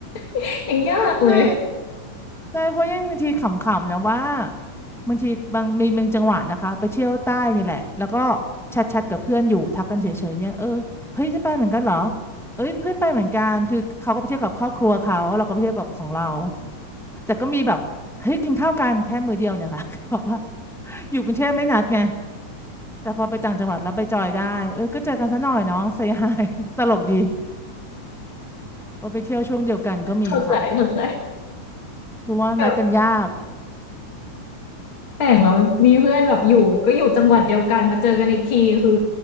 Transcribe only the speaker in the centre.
<laughs> ใช่ ใช่เพราะยังบางทีขำๆนะว่าบางทีบางมีบางจังหวะนะคะไปเที่ยวใต้นี่แหละแล้วก็แชทๆกับเพื่อนอยู่ทักกันเฉยๆเนี่ยเออเฮ้ยจะไปเหมือนกันเหรอเอ้ยเพื่อนไปเหมือนกันคือเขาก็ไปเที่ยวกับครอบครัวเขาเราก็ไปเที่ยวกับของเราแต่ก็มีแบบเฮ้ยกินข้าวกันแค่มื้อเดียวเนี่ยค่ะ <laughs> ก็บอกว่าอยู่กรุงเทพไม่นัดไงแต่พอไปต่างจังหวัดแล้วไปจอยได้เออก็เจอกันซะหน่อยเนาะเซฮาย <laughs> ตลกดีว่าไปเที่ยวช่วงเดียวกันก็มีค่ะ
เพราะว่านัดกันยาก